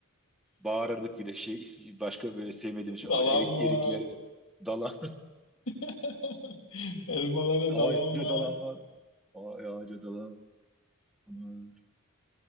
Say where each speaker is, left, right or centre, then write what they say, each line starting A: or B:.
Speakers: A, in the centre; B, on the left.
A: Bağırırdık bile şey ismi- başka böyle sevmediğim şey
B: Dalan
A: ay, erik,
B: var.
A: eriklere dalan
B: <laughs> Elmalara
A: <laughs> ağaca
B: dalan var.
A: dalan var. Ay, ağaca dalan var.